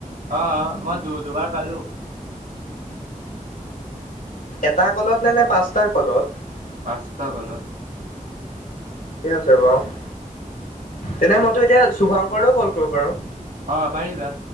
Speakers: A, on the right; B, on the left.
A: অ', মই দু দুবাৰ পালো।
B: এটা কলত নে নে পাঁচটাৰ কলত।
A: পাঁচটা কলত।
B: ঠিকে আছে বাৰু, তেনে মইতো এতিয়া শুভাংকৰলৈও কল কৰিব পাৰোঁ।
A: অ', পাৰিবা